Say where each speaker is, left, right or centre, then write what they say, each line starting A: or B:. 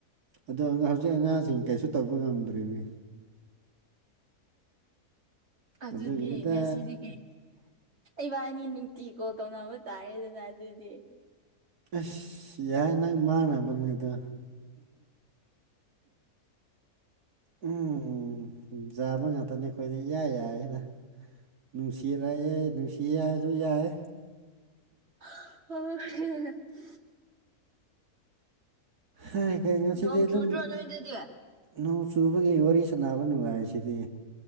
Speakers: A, on the right; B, on the right.
A: ꯑꯗꯣ ꯍꯧꯖꯤꯛ ꯑꯉꯥꯡꯁꯤꯡ ꯀꯩꯁꯨ ꯇꯧꯕ ꯉꯝꯗ꯭ꯔꯦꯅꯦ
B: ꯑꯗꯨꯗꯤ
A: ꯑꯗꯨꯒꯤꯅꯤꯗ
B: ꯌꯦ ꯉꯁꯤꯗꯤ ꯏꯕꯥꯅꯤ ꯅꯨꯡꯇꯤ ꯀꯣꯜ ꯇꯧꯅꯕ ꯇꯥꯔꯦꯗꯅ ꯑꯗꯨꯗꯤ
A: ꯑꯁ ꯌꯥꯏ ꯅꯪ ꯃꯥꯡꯅꯕꯅꯦꯗꯣ ꯎꯝ ꯎ ꯥꯕ ꯉꯥꯛꯇꯅꯤ ꯑꯩꯈꯣꯏꯗ ꯏꯌꯥ ꯌꯥꯏꯅ ꯅꯨꯡꯁꯤꯔꯛꯑꯦ ꯅꯨꯡꯁꯤ ꯍꯥꯏꯁꯨ ꯌꯥꯏ
B: <unintelligible>
A: ꯍꯥꯏ ꯀꯩ ꯉꯁꯤꯗ
B: ꯅꯣꯡ
A: ꯑꯗꯨꯝ
B: ꯆꯨꯗ꯭ꯔꯣ ꯅꯣꯏꯗꯗꯤ
A: ꯅꯣꯡ ꯆꯨꯕꯒꯤ ꯋꯥꯔꯤ ꯁꯥꯟꯅꯕ ꯅꯨꯡꯉꯥꯏꯁꯤꯗꯤ